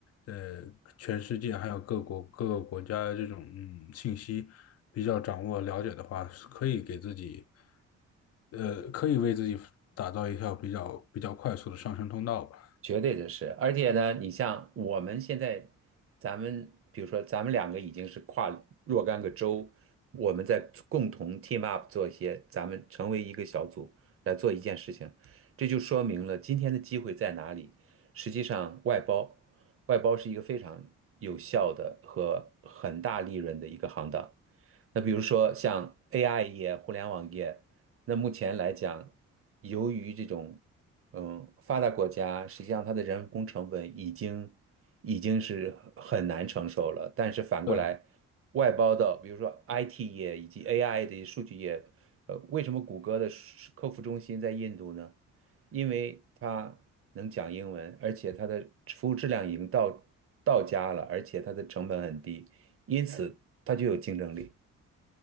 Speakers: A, on the left; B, on the right.
A: 呃全世界还有各国各个国家这种嗯信息比较掌握了解的话，是可以给自己呃可以为自己打造一条比较比较快速的上升通道吧。
B: 绝对的是，而且呢，你像我们现在，咱们比如说，咱们两个已经是跨若干个州，我们在共同 team up 做一些，咱们成为一个小组来做一件事情，这就说明了今天的机会在哪里。实际上，外包，外包是一个非常有效的和很大利润的一个行当。那比如说像 AI 业、互联网业，那目前来讲，由于这种嗯发达国家，实际上它的人工成本已经已经是很难承受了。但是反过来，
A: 对。
B: 外包到比如说 IT 业以及 AI 的数据业，呃，为什么谷歌的数客服中心在印度呢？因为它能讲英文，而且它的服务质量已经到到家了，而且它的成本很低，因此它就有竞争力。